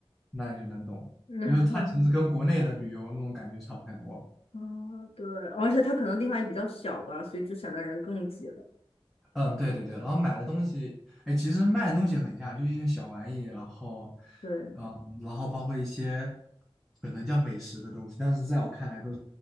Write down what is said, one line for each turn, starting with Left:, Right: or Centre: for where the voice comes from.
Centre: 那你就能懂了，
Left: <laughs> 嗯，
Centre: 就是它其实跟国内的旅游那种感觉差不太多了。
Left: 哦，对，而且它可能地方也比较小吧，所以就显得人更挤了。
Centre: 嗯，对对对，然后买的东西，哎，其实卖的东西很像，就是一些小玩意，然后，
Left: 对，
Centre: 嗯，然后包括一些可能叫美食的东西，但是在我看来都